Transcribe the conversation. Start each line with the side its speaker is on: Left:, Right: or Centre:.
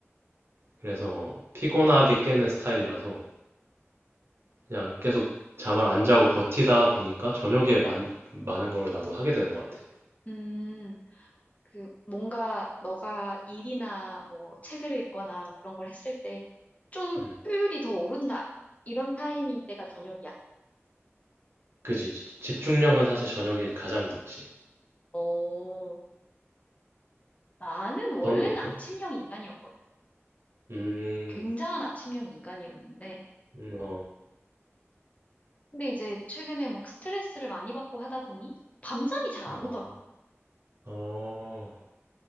Right: 그래서 피곤하게 깨는 스타일이라서 그냥 계속 잠을 안 자고 버티다 보니까 저녁에 많, 많은 걸 나도 하게 되는 것 같아.
Left: 음, 그, 뭔가, 너가 일이나, 뭐, 책을 읽거나, 그런 걸 했을 때, 좀,
Right: 음,
Left: 효율이 더 오른다. 이런 타이밍 때가 저녁이야.
Right: 그지. 지- 집중력은 사실 저녁이 가장 높지.
Left: 어, 나는 원래는
Right: 너는 어때?
Left: 아침형 인간이었거든.
Right: 음,
Left: 굉장한 아침형 인간이었는데,
Right: 음, 어,
Left: 근데 이제, 최근에 막 스트레스를 많이 받고 하다 보니, 밤잠이 잘
Right: 어,
Left: 안 오더라고.
Right: 어,